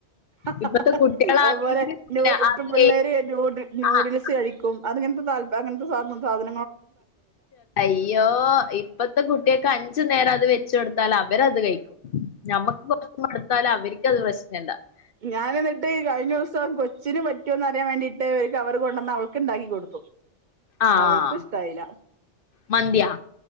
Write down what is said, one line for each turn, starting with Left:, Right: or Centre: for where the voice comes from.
Right: ഹഹഹ
Left: ഇപ്പത്തെ കുട്ടികളാണെങ്കി
Right: അതുപോലെ
Left: പിന്നെ
Right: നൂഡ്ഡ്
Left: അത്
Right: ഇപ്പോ പിള്ളേര് നൂഡ്ഡ് നൂഡിൽസ്
Left: ആഹ്
Right: കഴിക്കും അങ്ങനത്തെ സ സാ <unintelligible> <inaudible>
Left: യ്യോ ഇപ്പോൾത്തെ കുട്ടികൾക്ക് അഞ്ച അഞ്ചു നേരം അത് വെച്ചുകൊടുത്താൽ അവരത് കഴിക്കും നമ്മക്ക് കൊപ്പ എടുത്താൽ അവർക്കത് പ്രശ്നംല്ല <unintelligible>
Right: ഞാൻ എന്നിട്ട് ഈ കഴിഞ്ഞ ദിവസം കൊച്ചിന് പറ്റുമോന്ന് അറിയാൻ വേണ്ടിട്ട് കവർ കൊണ്ടുവന്ന അവൾക്ക് ഇണ്ടാക്കി കൊടുത്തു
Left: ആഹ്
Right: അവൾക്ക് ഇഷ്ടായില്ല
Left: മന്തിയാ